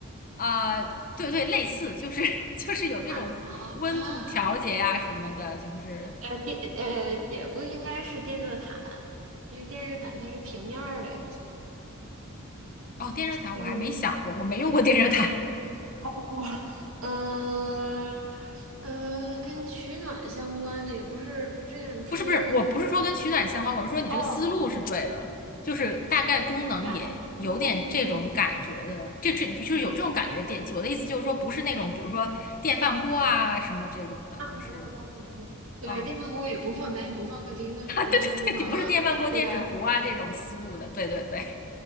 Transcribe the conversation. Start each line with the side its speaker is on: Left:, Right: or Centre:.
Left: 啊呃，对对，类似，就是 <laughs> 就是有这种温度调节呀、
Right: 啊，
Left: 什么的，就是
Right: 呃电呃也不应该是电热毯，因为电热毯它是平面儿的呀。
Left: 哦，电热毯我还没想过，
Right: 嗯
Left: 我没用过电热毯，
Right: 哦哦哦，嗯呃，跟取暖相关的也不是这样吹风
Left: <laughs> 不是不是，我不是说跟取暖相关，我是说你这个思路是对的，
Right: 哦，
Left: 就是大概功能也有点这种感觉的，
Right: 小时候会用？
Left: 这这就是有这种感觉的电器，我的意思就是说不是那种比如说电饭锅啊什么这种的，
Right: 啊嗯嗯嗯嗯嗯，
Left: 就是。
Right: 嗯对吧电饭锅也不放，
Left: 嗯，
Right: 咱也不放客厅啊，咱放厨房啊，
Left: <laughs> 你不是电饭锅、
Right: 对吧？
Left: 电水壶啊这种思路的，对对对，